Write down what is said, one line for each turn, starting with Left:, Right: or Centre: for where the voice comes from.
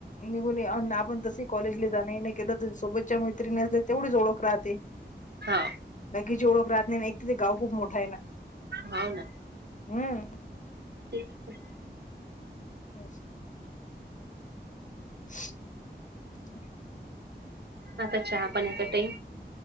Left: निघूनी आन आपण तस ही कॉलेजले जाण येण, केलं तर सोबतच्या मैत्रिणी असल्यातर तेवढीच ओळख राहते.
Right: हा
Left: बाकीची ओळख राहत नाही, ना एक तर ते गाव खूप मोठा आहे ना.
Right: हाव ना
Left: हम्म..
Right: <unintelligible>
Left: <unintelligible> <inaudible>
Right: आता चहा पाण्याचा टाईम